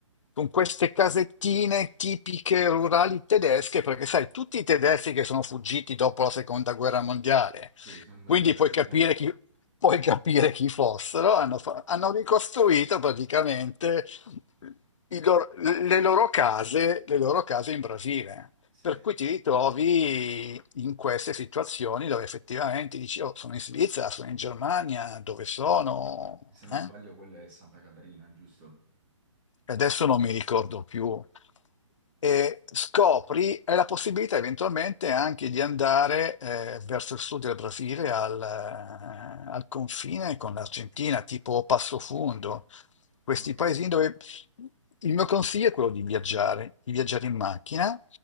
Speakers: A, on the left (about 70°); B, on the right (about 20°).
A: con queste casettine tipiche rurali tedesche, perché sai, tutti i tedeschi che sono fuggiti dopo la seconda guerra mondiale,
B: Sì, sono andato
A: quindi
B: in Brasile,
A: puoi capire chi, puoi capire chi fossero, hanno, fa- hanno ricostruito praticamente i loro- le loro case, le loro case in Brasile.
B: sì.
A: Per
B: E
A: cui ti ritrovi in queste situazioni dove effettivamente dici, oh, sono in Svizzera, sono in Germania, dove sono?
B: Se non
A: Eh?
B: sbaglio quella è Santa Catarina, giusto?
A: e adesso non mi ricordo più, e scopri hai la possibilità eventualmente anche di andare eh, verso il sud del Brasile al, eh, al confine con l'Argentina, tipo Passo Fundo, questi
B: Ok.
A: paesini dove il mio consiglio è quello di viaggiare, di viaggiare in macchina,